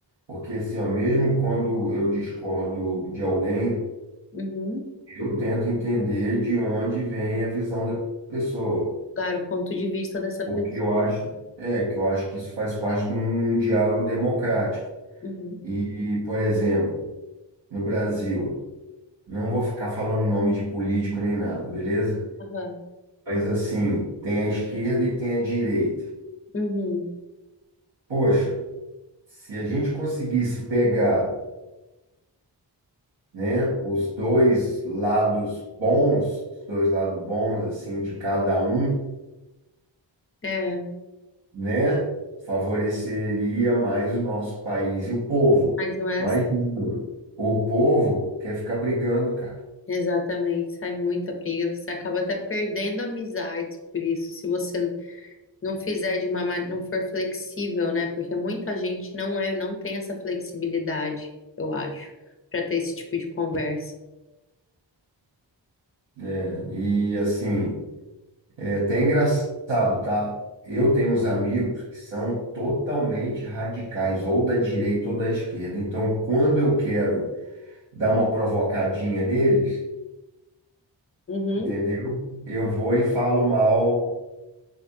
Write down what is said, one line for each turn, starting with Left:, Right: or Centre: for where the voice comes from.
Right: Porque assim, ó, mesmo quando eu discordo de alguém,
Left: uhum.
Right: eu tento entender de onde vem a visão da pessoa.
Left: Claro, o ponto de vista dessa pessoa.
Right: o que eu acho, é, que eu acho que isso faz parte de um diálogo democrático.
Left: Uhum,
Right: E, por exemplo, no Brasil, não vou ficar falando nome de político nem nada, beleza?
Left: aham,
Right: Mas assim, tem a esquerda e tem a direita.
Left: uhum.
Right: Poxa, se a gente conseguisse pegar, né, os dois lados bons, os dois lados bons assim de cada um,
Left: É,
Right: né, favoreceria mais o nosso país e o povo.
Left: mas não é
Right: Mas
Left: assim.
Right: o povo quer ficar brigando, cara,
Left: Exatamente, sai muita briga, você acaba até perdendo amizades por isso, se você não fizer de uma, ma- não for flexível, né? Porque muita gente não é, não tem essa flexibilidade, eu acho, para ter esse tipo de conversa.
Right: né? E assim, É até engraçado, tá? Eu tenho uns amigos que são totalmente radicais, ou da direita ou da esquerda. Então, quando eu quero dar uma provocadinha neles,
Left: Uhum,
Right: entendeu? Eu vou e falo mal